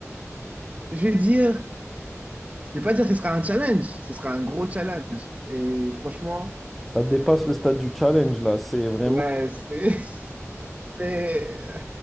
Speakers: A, on the right (about 30°); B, in the centre.
A: je vais dire, je vais pas dire que ce sera un challenge, ce sera un gros challenge. Et franchement,
B: Ça dépasse le stade du challenge, là. C'est vraiment.
A: ouais, c'est. <laughs> Mais euh,